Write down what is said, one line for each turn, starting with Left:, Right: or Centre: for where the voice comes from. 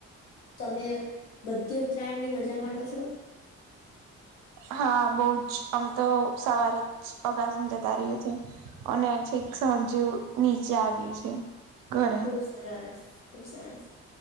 Left: તમે બધી ઉત્તરાયણની મજા માંડો છો
Right: હા બહુ જ અમ તો સવારે જ અગાસી માં જતા રહીએ છે અને છેક સાંજે નીચે આવીએ છે ઘરે
Left: ખુબ સરસ ખુબ સરસ